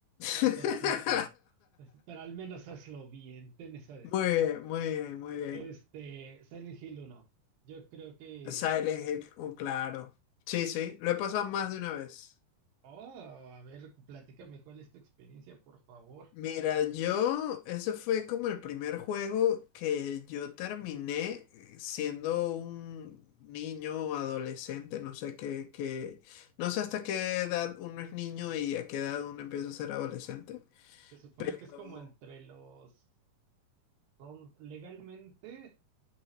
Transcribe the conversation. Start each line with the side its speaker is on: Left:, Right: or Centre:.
Right: ah,
Left: <laughs>
Right: perfecto. Pues, Pero al menos hazlo bien, ten esa decencia.
Left: Muy bien, muy bien, muy bien.
Right: Este, Silent Hill 1. Yo creo que...
Left: Silent Hill, oh, claro. Sí, sí,
Right: eh,
Left: lo he pasado más de una vez.
Right: Oh, a ver, platícame cuál es tu experiencia, por favor.
Left: Mira, yo, ese fue como el primer juego que yo terminé eh, siendo un niño, adolescente, no sé qué, qué, no sé hasta qué edad uno es niño y a qué edad uno empieza a ser adolescente,
Right: Se supone
Left: pero
Right: que es como entre los don- legalmente